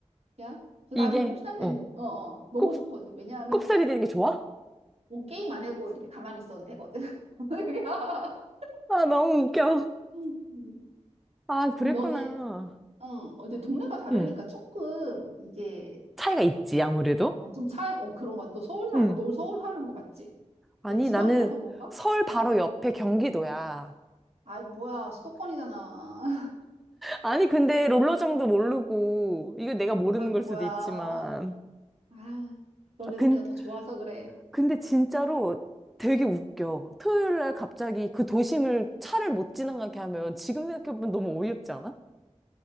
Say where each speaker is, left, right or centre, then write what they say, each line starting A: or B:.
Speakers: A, on the right; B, in the centre.
A: 야. 그래서
B: 이게,
A: 나는 꼽사리
B: 어,
A: 되는 거. 어, 어. 너무
B: 꼽,
A: 좋거든. 왜냐하면
B: 꼽살이 되는 게 좋아?
A: 뭐 게임 안 하고 이렇게 가만히 있어도 되거든. <laughs> 야.
B: 아, 너무 웃겨.
A: 음.
B: 아, 그랬구나.
A: 그럼 너네 어, 근데 동네가 다르니까
B: 응.
A: 조금 이게
B: 차이가 있지, 아무래도.
A: 어, 좀 차이 어 그런 거 같아. 너 서울 살,
B: 응.
A: 너 서울 사는 거 맞지?
B: 아니,
A: 내가 지방이라서
B: 나는
A: 그런가?
B: 서울 바로
A: 어.
B: 옆에 경기도야.
A: 아, 뭐야. 수도권이잖아. <laughs>
B: 아니, 근데 롤러장도 모르고, 이거 내가 모르는
A: 아, 뭐야.
B: 걸 수도 있지만.
A: 아, 너네
B: 아, 근,
A: 동네가 더 좋아서 그래.
B: 근데 진짜로 되게 웃겨. 토요일 날 갑자기 그 도심을 차를 못 지나가게 하면 지금 생각해보면 너무 어이없지 않아?